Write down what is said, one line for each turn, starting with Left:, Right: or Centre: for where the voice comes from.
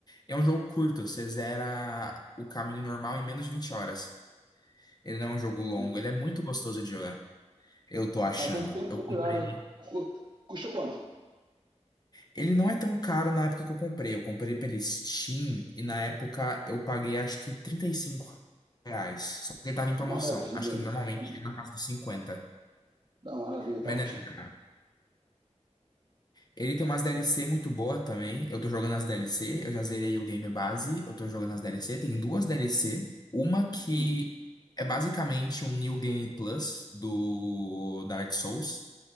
Left: É um jogo curto, você zera o caminho normal em menos de 20 horas. Ele não é um jogo longo,
Right: Hum.
Left: ele é muito gostoso de jogar. Eu tô achando.
Right: Ah, vou vou
Left: Eu
Right: procurar.
Left: comprei.
Right: né? Cu- Custa quanto?
Left: Ele não é tão caro na época que eu comprei. Eu comprei pela Steam e na época eu paguei acho que trinta e cinco reais. Só que ele tava em promoção.
Right: Maravilha.
Left: Acho que ele normalmente
Right: Hum,
Left: chega na casa dos 50.
Right: Dá maravilha, tá
Left: Mas
Right: ótimo.
Left: não é caro. Ele tem umas DLC muito boa também. Eu tô jogando as DLC, eu já zerei o game base, eu tô jogando as DLC. Tem duas DLC, uma que
Right: Hum,
Left: é basicamente um New Game Plus do Dark Souls.